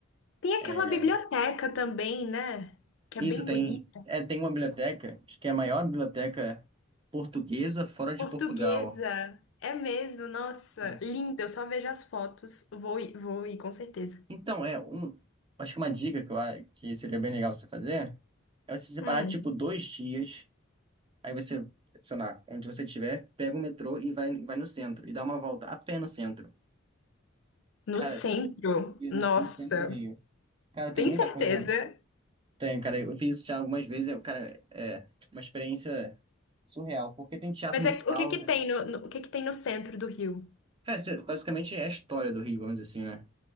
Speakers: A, on the left (about 65°); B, on the right (about 25°).
A: Tem aquela
B: É,
A: biblioteca também, né? Que
B: Isso
A: é bem
B: tem,
A: bonita.
B: é, tem uma biblioteca, acho que é a maior biblioteca portuguesa fora de
A: Portuguesa.
B: Portugal.
A: É mesmo, nossa,
B: Isso.
A: linda. Eu só vejo as fotos. Vou ir, vou ir, com certeza.
B: Então, é um. Acho que uma dica que, eu, a- que seria bem legal você fazer é você separar,
A: Hum.
B: tipo, dois dias. Aí você, sei lá, onde você estiver, pega o metrô e vai, vai no centro. E dá uma volta a pé no centro.
A: No
B: Cara,
A: centro,
B: e
A: nossa,
B: no, no centro do Rio. Cara, tem
A: tem
B: muita
A: certeza.
B: coisa lá. Tem, cara. Eu fiz isso já algumas vezes. é, Cara, é uma experiência surreal. Porque tem teatro
A: Mas
B: municipal.
A: é, o que que
B: sabe?
A: tem no, no- o que que tem no centro do Rio?
B: Cara, você- basicamente é a história do Rio, vamos dizer assim,